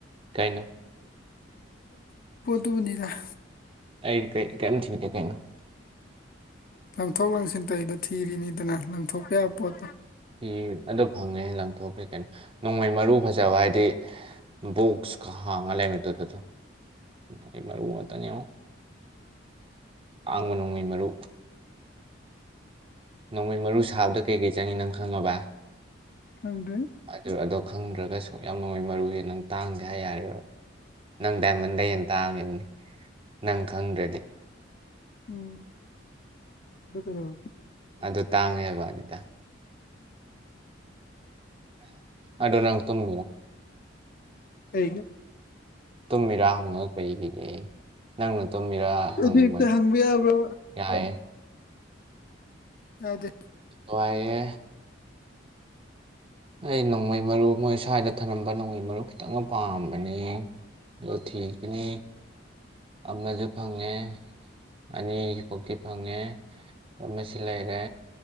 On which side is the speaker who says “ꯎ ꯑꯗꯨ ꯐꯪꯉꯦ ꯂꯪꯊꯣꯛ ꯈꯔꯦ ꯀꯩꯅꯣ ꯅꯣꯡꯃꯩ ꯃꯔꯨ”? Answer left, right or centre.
Right